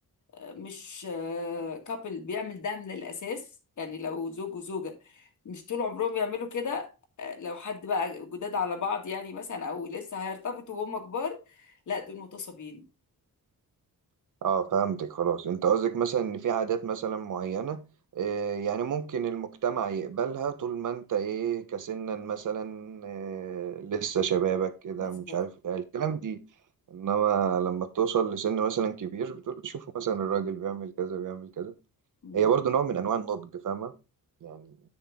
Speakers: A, on the left (about 55°); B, on the right (about 60°).
A: مش كابل بيعمل ده من الأساس يعني لو زوج وزوجة مش طول عمرهم بيعملوا كده آه، لو حد بقى جداد على بعض يعني مثلا أو لسه هيرتبطوا وهم كبار لا دول متصابين
B: اه فهمتك خلاص انت قصدك مثلا ان في عادات مثلا معينة آه، يعني ممكن المجتمع يقبلها طول ما انت ايه كسنا مثلا آه، لسه شبابك كده
A: بالظبط.
B: مش عارف ايه الكلام دي انما لما توصل لسن مثلا كبير بتقول شوفوا مثلا الراجل بيعمل كذا بيعمل كذا
A: مم.
B: هي برضو نوع من انواع النضج فاهمة يعني